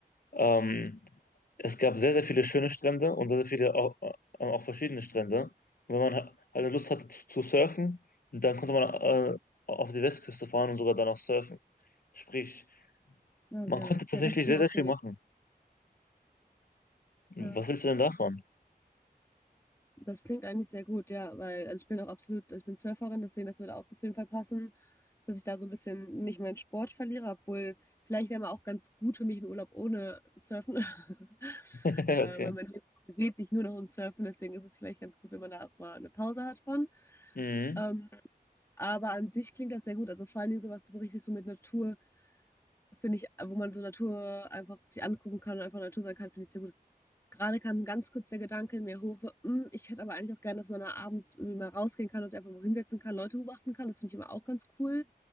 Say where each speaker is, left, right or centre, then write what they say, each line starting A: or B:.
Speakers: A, on the left; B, on the left.
A: Ähm, es gab sehr, sehr viele schöne Strände und sehr, sehr viele auch, äh, auch verschiedene Strände. Und wenn man ha- halt Lust hatte zu, zu surfen, dann konnte man äh, auf die Westküste fahren und sogar dann auch surfen. Sprich,
B: na,
A: man
B: sehr
A: konnte
B: nice.
A: tatsächlich
B: Ja, das ist
A: sehr,
B: mir
A: sehr
B: auch sehr
A: viel machen.
B: wichtig.
A: Was
B: Ja,
A: hältst du denn davon?
B: das klingt eigentlich sehr gut, ja, weil also ich bin auch absolut, also ich bin Surferin, deswegen das würde auch auf jeden Fall passen, dass ich da so ein bisschen nicht meinen Sport verliere, obwohl vielleicht wäre mal auch ganz gut für mich ein Urlaub ohne Surfen. <laughs>
A: <laughs> Okay.
B: äh, weil man dreht sich nur noch um Surfen, deswegen ist es vielleicht ganz gut, wenn man da auch mal eine Pause hat von.
A: Mhm.
B: Ähm, Aber an sich klingt das sehr gut. Also vor allen Dingen so, was du berichtest, so mit Natur, finde ich, wo man so Natur einfach sich angucken kann und einfach Natur sein kann, finde ich sehr gut. Gerade kam ganz kurz der Gedanke in mir hoch, so, mm, ich hätte aber eigentlich auch gern, dass man da abends irgendwie mal rausgehen kann und sich einfach mal hinsetzen kann, Leute beobachten kann. Das finde ich immer auch ganz cool.